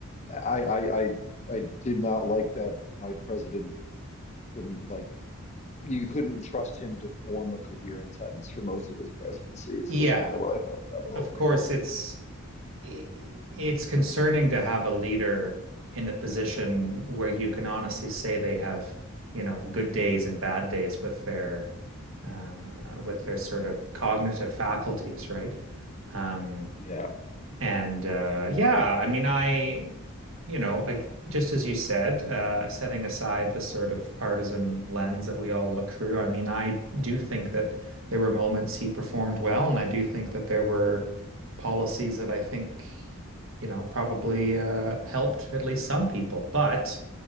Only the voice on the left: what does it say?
I I I I did not like that my president couldn't like you couldn't trust him to form a coherent sentence for most of his presidency is
is kind of what I thought about the whole
thing.
Yeah.